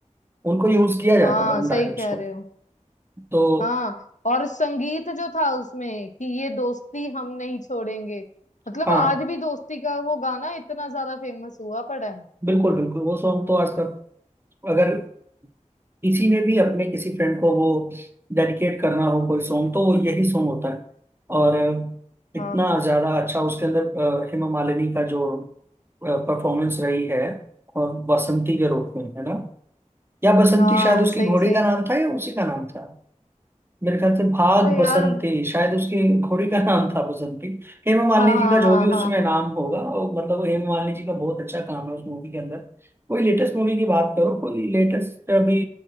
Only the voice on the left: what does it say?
हाँ
सही
कह रहे
हो
हाँ और संगीत जो था उसमें कि ये दोस्ती हम नहीं छोड़ेंगे मतलब
आज भी दोस्ती का वो गाना इतना ज्यादा फेमस हुआ पड़ा है
हाँ
हाँ
सही
सही
अरे
यार
हाँ हाँ
हाँ
हाँ
हाँ